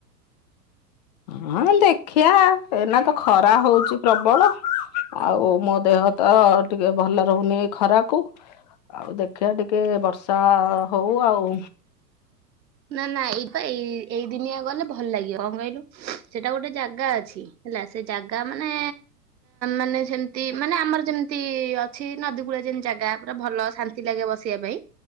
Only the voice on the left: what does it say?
ହଁ ଦେଖିବା ଏଇନା ତ ଖରା ହଉଛି ପ୍ରବଳ ଆଉ ମୋ ଦେହ ତ ଟିକେ ଭଲ ରହୁନି ଏଇ ଖରାକୁ ଆଉ ଦେଖିବା ଟିକେ ବର୍ଷା ହଉ ଆଉ